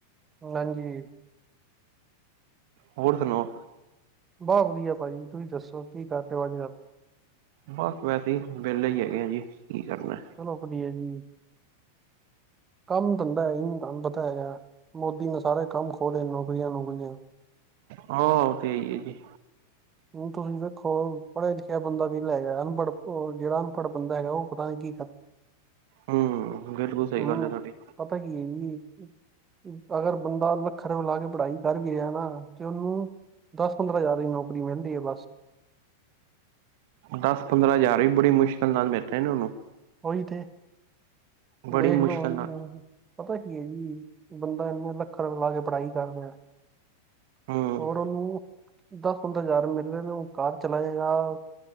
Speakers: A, on the right; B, on the right.
A: ਹਾਂਜੀ-
B: ਹੋਰ ਸੁਣਾਓ
A: ਬਹੁਤ ਵਧੀਆ ਭਾਜੀ ਤੁਸੀਂ ਦੱਸੋ ਕੀ ਕਰ ਰਹੇ ਹੋ ਅੱਜ ਕੱਲ
B: ਬਸ ਵੈਸੇ ਹੀ, ਵਿਹਲੇ ਹੀ ਹੈਗੇ ਆ ਜੀ ਕੀ ਕਰਨਾ
A: ਚਲੋ ਵਧੀਆ ਜੀ। ਕੰਮ ਧੰਦਾ ਹੇ ਹੀ ਨੀ, ਤੂਹਾਨੂੰ ਪਤਾ ਹੈਗਾ, ਮੋਦੀ ਨੇ ਸਾਰੇ ਕੰਮ ਖੋਲ੍ਹੇ ਨੇ ਨੌਕਰੀਆਂ ਨੂੰਕਰੀਆਂ।
B: ਹਾਂ ਉਹ ਤੇ ਹੈ ਜੀ।
A: ਹੁਣ ਤੁਸੀਂ ਦੇਖੋ ਪੜ੍ਹਿਆ ਲਿਖਿਆ ਬੰਦਾ ਵੇਲਾ ਹੈਗਾ, ਅਨਪੜ੍ਹ ਜਿਹੜਾ ਅਨਪੜ੍ਹ ਬੰਦਾ ਹੈਗਾ ਉਹ ਪਤਾ ਨੀ ਕੀ ਕਰ <inaudible>
B: ਹਮ, ਬਿਲਕੁਲ ਸਹੀ
A: ਉਹਨੂੰ
B: ਗੱਲ ਹੈ ਤੁਹਾਡੀ
A: ਪਤਾ ਕੀ <inaudible> ਅਗਰ ਬੰਦਾ ਲੱਖਾਂ ਰੁਪਏ ਲਾ ਕੇ ਪੜ੍ਹਾਈ ਕਰ ਵੀ ਰਿਹਾ ਨਾ, ਤੇ ਉਹਨੂੰ ਦਸ ਪੰਦਰਾਂ ਹਜ਼ਾਰ ਦੀ ਨੌਕਰੀ ਮਿਲਦੀ ਆ ਬਸ
B: ਦਸ ਪੰਦਰਾਂ ਹਜ਼ਾਰ ਵੀ ਬੜੀ ਮੁਸ਼ਕਿਲ ਨਾਲ ਮਿਲ ਰਹੇ ਨੇ ਉਹਨੂੰ
A: ਉਹੀ ਤੇ,
B: ਬੜੀ
A: ਦੇਖ ਲੋ
B: ਮੁਸ਼ਕਿਲ
A: ਹੁਣ
B: ਨਾਲ
A: ਪਤਾ ਕੀ ਹੈ ਜੀ, ਬੰਦਾ ਇੰਨੇ ਲੱਖਾਂ ਰੁਪਏ ਲਾ ਕੇ ਪੜ੍ਹਾਈ ਕਰ ਰਿਹਾ।
B: ਹਮ
A: ਹੋਰ ਉਹਨੂੰ ਦਸ ਪੰਦਰਾਂ ਹਜ਼ਾਰ ਮਿਲ ਰਹੇ ਨੇ, ਉਹ ਘਰ ਚਲਾਏ ਗਾ,